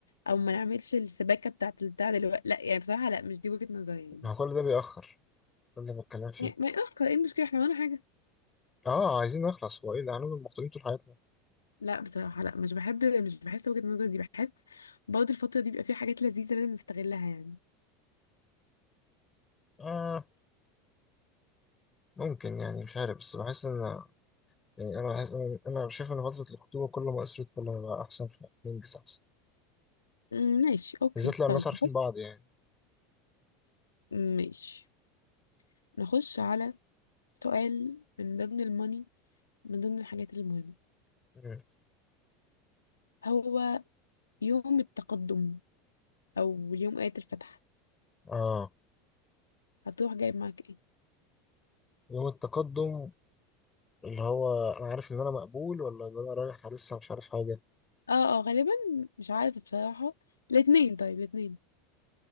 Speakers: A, on the left; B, on the left.
A: او ما نعملش السباكه بتاعه البتاع دلوقتي لا يعني بصراحه لا مش دي وجهه نظري يعني
B: ما هو كل ده بيأخر ده اللي بتكلم فيه
A: يعني ما يأخر ايه المشكله احنا ولا حاجه
B: اه عايزين نخلص هو ايه ده هنفضل مخطوبين طول حياتنا
A: لا بصراحه لا مش بحب مش بحس وجهه النظر دي بحس برضه الفتره دي بيبقى فيها حاجات لذيذه لازم نستغلها يعني
B: آه ممكن يعني مش عارف بس بحس ان يعني انا بحس انا أنا شايف ان فتره الخطوبه كل ما قصرت كل ما بقى احسن فننجز احسن
A: أمم، ماشي اوكي
B: بالذات لو الناس
A: طيب
B: عارفين
A: بص،
B: بعض يعني
A: ماشي نخش على سؤال من ضمن الماني من ضمن الحاجات المهمة
B: مم.
A: هو يوم التقدم أو اليوم آية الفتح
B: اه
A: هتروح جايب معاك ايه؟
B: يوم التقدم اللي هو انا عارف ان انا مقبول ولا ان انا رايح لسه مش عارف حاجه
A: اه اه غالبا مش عارفة بصراحة الاتنين طيب الاتنين